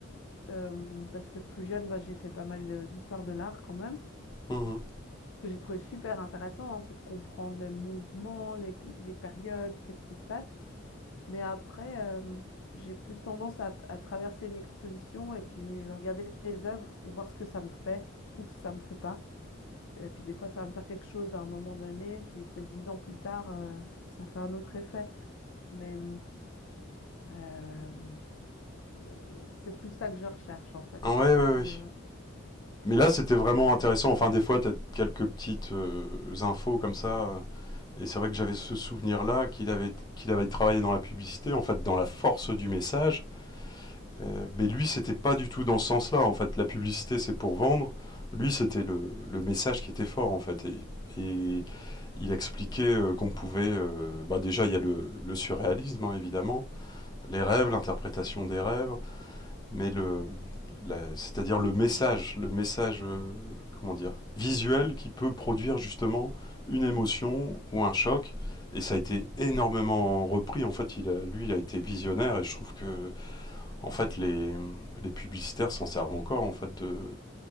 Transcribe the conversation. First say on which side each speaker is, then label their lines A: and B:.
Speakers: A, on the left; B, on the left.
A: Euh, parce que plus jeune, bah, j'ai fait pas mal de- d'histoire de l'art quand même.
B: Mhm.
A: ce que j'ai trouvé super intéressant hein, pour comprendre les mouvements, les, les périodes, qu'est-ce qui se passe. Mais après, euh, j'ai plus tendance à, à traverser une exposition et puis regarder les œuvres et voir ce que ça me fait ou que ça me fait pas. Et puis des fois, ça va me faire quelque chose à un moment donné, puis peut-être dix ans plus tard, euh, ça fait un autre effet. Mais euh, euh, c'est plus ça que je recherche en fait.
B: Ouais, ouais, ouais.
A: De,
B: Mais là, c'était vraiment intéressant. Enfin, des fois, t'as quelques petites euh, infos comme ça. euh, Et c'est vrai que j'avais ce souvenir-là qu'il avait, qu'il avait travaillé dans la publicité, en fait, dans la force du message. Euh, mais lui, c'était pas du tout dans ce sens-là. En fait, la publicité, c'est pour vendre. Lui, c'était le, le message qui était fort, en fait. Et, et il expliquait euh, qu'on pouvait. euh, bah déjà, il y a le, le surréalisme, hein, évidemment, les rêves, l'interprétation des rêves, mais le, la- c'est-à-dire le message, le message, euh, comment dire, visuel qui peut produire justement une émotion ou un choc. Et ça a été énormément repris. En fait, il a, lui, il a été visionnaire et je trouve que en fait, les, les publicitaires s'en servent encore en fait de,